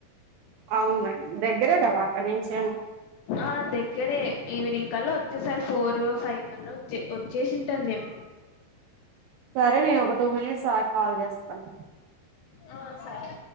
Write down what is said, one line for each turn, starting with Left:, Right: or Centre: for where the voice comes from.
Right: అవున దగ్గరేగ వ అక్కడ్ నుంచ్
Left: ఆ దగ్గరే ఈవినింగ్ కల్ల వచ్చేసార్ ఫోర్ ఫైవ్ కల్ల వచ్చే వచ్చేసింటాం మేం
Right: సరే నేన్ ఒక టూ మినిట్స్ ఆగ్ కాల్ చేస్తాను.
Left: ఆ సరే